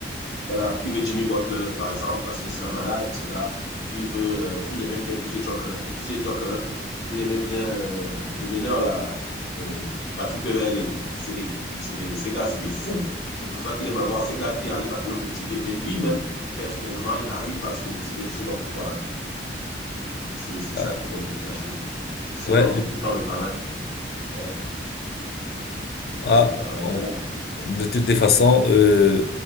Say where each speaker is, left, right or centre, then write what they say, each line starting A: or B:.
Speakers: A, on the left; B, on the left.
A: voilà. Il veut Jimmy Butler, par exemple, parce que c'est un malade, ce gars. Il veut, euh, il aimait bien PJ Tucker. PJ Tucker, il aimait bien euh, le meneur, là, euh, Patrick Beverley. C'est des, c'est des, ces gars, c'est des fous. C'est pour ça qu'il aime avoir ces gars qui arrivent à le motiver. Mais lui-même, personnellement, il n'arrive pas à se motiver. Je ne sais pas pourquoi. hein. C'est c'est
B: ah,
A: ça qui complique la chose. Sinon,
B: ouais,
A: pourtant, le talent, euh,
B: ah,
A: le talent est
B: bon.
A: là.
B: De toutes les façons, euh,